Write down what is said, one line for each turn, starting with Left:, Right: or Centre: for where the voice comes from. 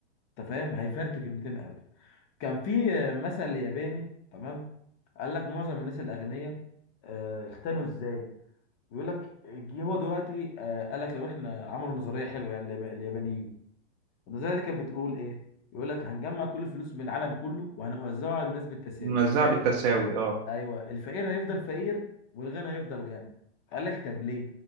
Left: انت فاهم هيفرتك ال 200000 كان في مثل ياباني تمام قال لك معظم الناس الاغنياء آه، اختلوا ازاي بيقول لك جه هو دلوقتي آه، قال لك لو احنا عملوا نظريه حلوه يعني اليابا- اليابانيين النظريه دي كانت بتقول ايه يقول لك هنجمع كل الفلوس من العالم كله وهنوزعها على الناس بالتساوي
Right: منزعة
Left: الفقير
Right: بالتساوي اه
Left: ايوه الفقير هيفضل فقير والغني هيفضل غني قال لك طب ليه